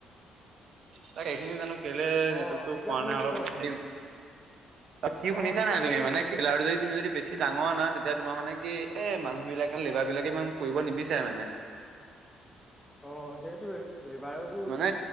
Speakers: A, on the right; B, in the centre.
A: তাক এইখিনি জানো। কেলে
B: অ',
A: নেটটো
B: এতিয়া
A: পোৱা
B: শুনিছো
A: নাই। অলপ
B: ক।
A: হে কি, শুনিছা
B: অ', এতিয়া
A: নাই
B: শুনি
A: তুমি?
B: আছো
A: মানে
B: শুনি
A: কিলাৰ
B: আছো
A: যদি তুমি যদি বেছি ডাঙৰ আনা, তেতিয়া তোমাৰ মানে কি, এ মানুহ বিলাকে লেবাৰ বিলাকে ইমান কৰিব নিবিচাৰে মানে।
B: অ', সেইটোৱে লেবাৰত
A: মানে,